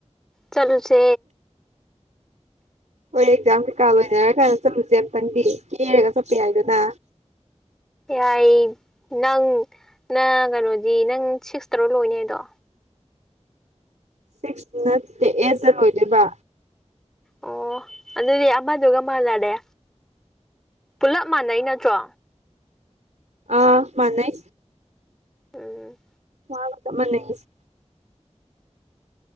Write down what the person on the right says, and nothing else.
ꯍꯣꯏ ꯑꯦꯛꯖꯥꯝ ꯀꯩꯀꯥ ꯂꯣꯏꯅꯔ ꯀꯥꯟꯗ ꯆꯠꯂꯨꯁꯦ ꯑꯃꯨꯛꯇꯪꯗꯤ ꯀꯦꯔꯒ ꯆꯠꯄ ꯌꯥꯏꯗꯅ
ꯁꯤꯛꯁ ꯅꯠꯇꯦ ꯑꯩꯠꯇ ꯂꯣꯏꯗꯣꯏꯕ
ꯑꯥ ꯃꯥꯟꯅꯩ
ꯋꯥꯕ ꯆꯞ ꯃꯥꯟꯅꯩ ꯍꯥꯏꯖꯤ